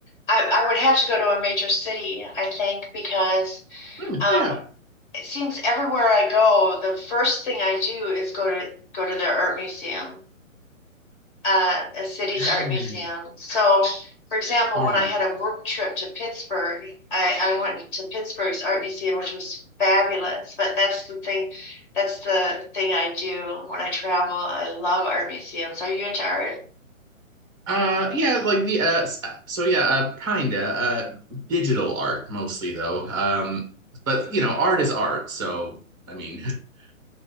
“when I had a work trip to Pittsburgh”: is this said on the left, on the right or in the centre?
Left